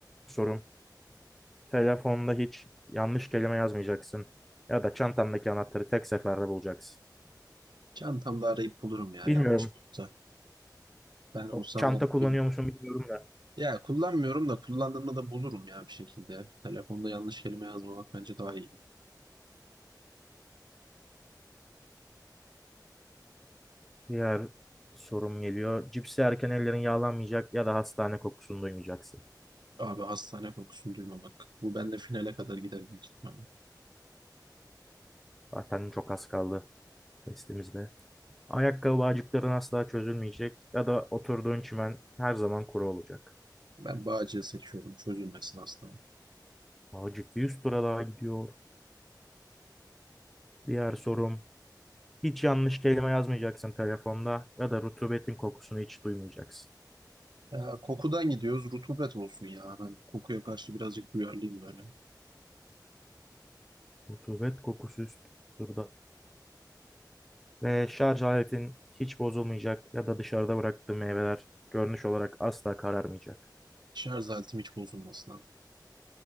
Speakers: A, in the centre; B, on the right.
A: sorum. Telefonda hiç yanlış kelime yazmayacaksın. Ya da çantandaki anahtarı tek seferde bulacaksın.
B: Çantamda arayıp bulurum ya
A: Bilmiyorum.
B: yanlış yanlışlıkla. Ben olsam
A: Çok çanta
B: ben de
A: kullanıyor
B: bilmiyorum.
A: musun bilmiyorum da.
B: Ya kullanmıyorum da kullandığımda da bulurum ya bir şekilde. Telefonda yanlış kelime yazmamak bence daha iyi.
A: Diğer sorum geliyor. Cips yerken ellerin yağlanmayacak ya da hastane kokusunu duymayacaksın.
B: Abi hastane kokusunu duymamak. Bu benimle finale kadar gider büyük ihtimalle.
A: Zaten çok az kaldı testimizde. Ayakkabı bağcıkların asla çözülmeyecek ya da oturduğun çimen her zaman kuru olacak.
B: Ben Bağcı'yı seçiyorum. Çözülmesin asla.
A: Bağcık bir yüz tura daha gidiyor. Diğer sorum. Hiç yanlış kelime yazmayacaksın telefonda ya da rutubetin kokusunu hiç duymayacaksın.
B: Ee, kokudan gidiyoruz. Rutubet olsun ya. Ben kokuya karşı birazcık duyarlıyım böyle.
A: Rutubet kokusu üst turda. Ve şarj aletin hiç bozulmayacak ya da dışarıda bıraktığı meyveler görünüş olarak asla kararmayacak.
B: Şarj aletim hiç bozulmasın abi.